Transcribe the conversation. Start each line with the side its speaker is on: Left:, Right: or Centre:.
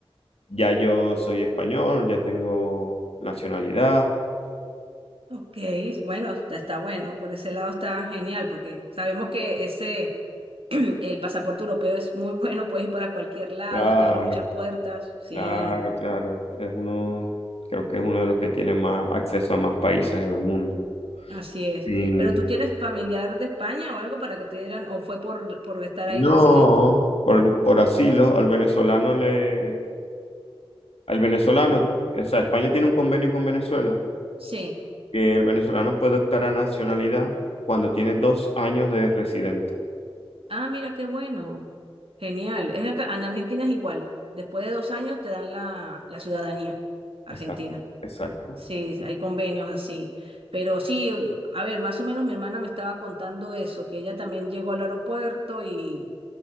Left: ya yo soy español, ya tengo nacionalidad.
Right: Ok, bueno, está, está bueno, por ese lado está genial, porque sabemos que ese, <clears throat> El pasaporte europeo es muy bueno, puedes ir para cualquier lado,
Left: Claro.
Right: te abre muchas puertas. Sí,
Left: Claro, claro. Es uno, creo que es uno de los que tiene más acceso a más países en el mundo.
Right: así es.
Left: Sin-
Right: Pero tú tienes familiar de España o algo para que te dieran, o fue por, por estar
Left: No,
Right: ahí residente.
Left: por, por asilo, al venezolano le, al venezolano, o sea, España tiene un convenio con Venezuela,
Right: Sí.
Left: que el venezolano puede optar a nacionalidad cuando tiene dos años de residente.
Right: Ah, mira qué bueno. Genial. Es acá, en Argentina es igual. Después de dos años te dan la, la ciudadanía argentina.
Left: Exacto, exacto.
Right: Sí, hay convenios así. Pero sí, a ver, más o menos mi hermana me estaba contando eso, que ella también llegó al aeropuerto y